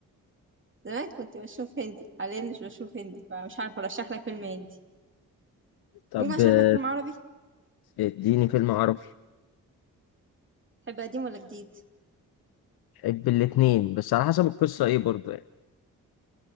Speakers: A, on the right (about 30°); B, on the left (about 65°).
A: زمان كنت بشوف هندي حاليا مش بشوف هندي فمش عارفة أرشح لك فيلم هندي
B: طب
A: ممكن أشرح
B: آه،
A: لك فيلم عربي
B: اديني فيلم عربي
A: تحب قديم ولا جديد
B: بحب الاتنين بس على حسب القصة ايه برضو يعني